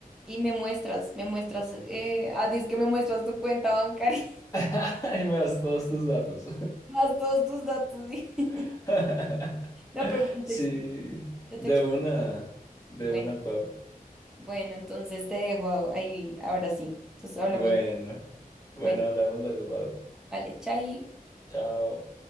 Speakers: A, in the centre; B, on the left (about 20°).
A: y me muestras, me muestras, eh, ah, dices que me muestras tu cuenta bancaria,
B: <laughs> Y me das todos tus datos.
A: <laughs> más todos tus datos. sí. <laughs>
B: <laughs>
A: No, pero yo
B: Sí,
A: te explico, yo
B: de
A: te explico.
B: una, de
A: Bueno,
B: una, Pau.
A: bueno, entonces te dejo ahí, ahora sí. Entonces hablamos.
B: Bueno, bueno,
A: Bueno,
B: hablamos luego, Pau.
A: vale, chai.
B: Chao.